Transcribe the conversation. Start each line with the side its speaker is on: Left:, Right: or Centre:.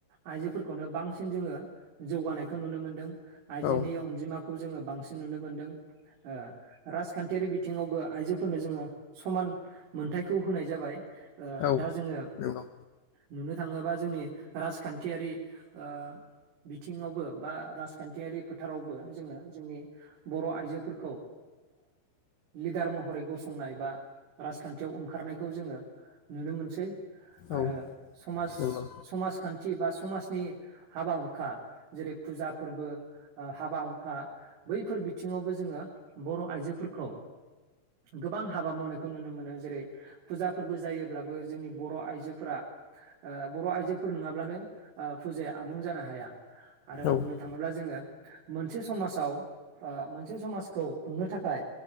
Right: आइजोफोरखौनो बांसिन जोङो जौगानायखौ नुनो मोनदों। आइजोनि
Left: औ
Right: अनजिमाख खौ जोङो बांसिन नुनो मोन्दों। ओ राज खान्थियारि बिथिङावबो आइजोफोरनो जोङो समान मोनथायखौ होनाय जाबाय ओ
Left: औ
Right: दा जोङो
Left: नंगौ
Right: नुनो थाङोबा जोंनि राजखान्थियारि ओ बिथिङावबो बा राजखान्थियारि फोथारावबो जोङो जोंनि बर' आइजोफोरखौ लिडार महरै गसंनाय बा राजखान्थियाव ओंखारनायखौ जोङो नुनो मोनसै आरो
Left: औ
Right: समाज
Left: नंगौ
Right: समाज बा समाजनि हाबा हुखा जेरै फुजा फोरबो हाबा हुखा बैफोर बिथिङावबो जोङो बर' आइजोफोरखौ गोबां हाबा मावनायखौ नुनो मोनो जेरै फुजा फोरबो जायोब्लाबो जोंनि बर' आइजोफोरा बर' आइजो फोर नङाब्लानो फुजाया आबुं जानो हाया आरो बुंनो
Left: औ नंगौ औ नंगौ
Right: थाङोब्ला जोङो मोनसे समाजाव मोनसे समाजखौ खुंनो थाखाय